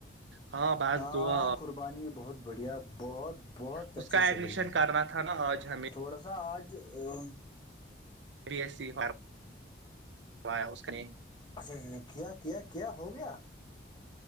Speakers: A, on the right; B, on the left.
A: ہاں بس
B: ہاں
A: دعا
B: قربانی بہت بڑھیا بہت بہت
A: اس
B: اچھے
A: کا ایڈمیشن
B: سے گزری
A: کرنا تھا نا آج ہمیں
B: تھوڑا سا آج ہ <inaudible>
A: بی ایس سیا اس نے <unintelligible> <inaudible>
B: اچھا کیا کیا کیا ہو گیا